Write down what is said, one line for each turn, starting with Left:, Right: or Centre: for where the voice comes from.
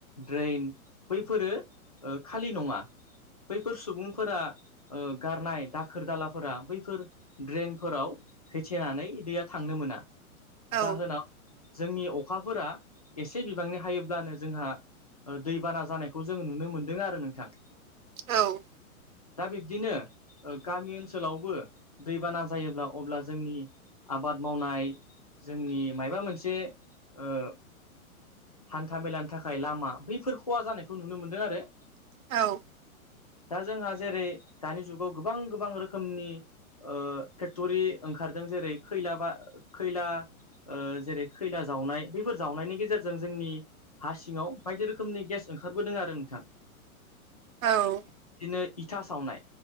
Left: ड्रेन बैफोरो खालि नङा बैफोर सुबुं फोर गारनाय दाखोर दालाफोरा बैफोर ड्रेनफोराव होथेनानै दैैया थांनो मोना
Right: औ
Left: जाहोनाव जोंनि अखाफोरा एसे बिबांनि हायोब्लानो जोंहा दैबाना जानायखौ जोंङो नुनो मोनदों आरो नोंथां।
Right: औ
Left: दा बिब्दिनो गामि ओनसोलावबो दैबाना जायोब्ला अब्ला जोंनि आबाद मावनाय जोंनि माबा मोनसे ओ हान्था मेलानि थाखाय लामा बैफोर खहा जानायखौ नुनो मोनदों आरो।
Right: औ
Left: दा जोंहा जेरै दानि जुगाव गोबां गोबां रोखोमनि ओ फेक्टरि ओंखारदों जेरै खैला बा खैला ओ जेरै खैला जावनाय बैफोर जावनायनि गेजेरजों जोंनि हा सिङांव बायदि रोखोमनि गेस ओंखारबोदों आरो नोंथां।
Right: औ
Left: बिदिनो इथा सावनाय